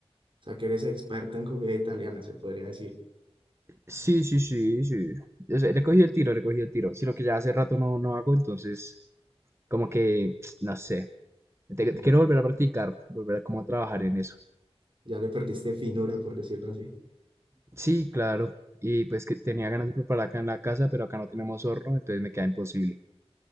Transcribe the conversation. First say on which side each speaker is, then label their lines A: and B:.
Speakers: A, on the right; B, on the right.
A: o sea que eres experta en comida italiana, se podría decir.
B: Sí, sí, sí, sí. O sea, le cogí el tiro, le cogí el tiro. Sino que ya hace rato no, no hago, entonces como que, <tsk> no sé, te-
A: Ya,
B: quiero volver a practicar, volver a como a trabajar en eso.
A: ya le perdiste finura, por decirlo así.
B: Sí, claro. Y pues que tenía ganas de preparar acá en la casa, pero acá no tenemos horno, entonces me queda imposible.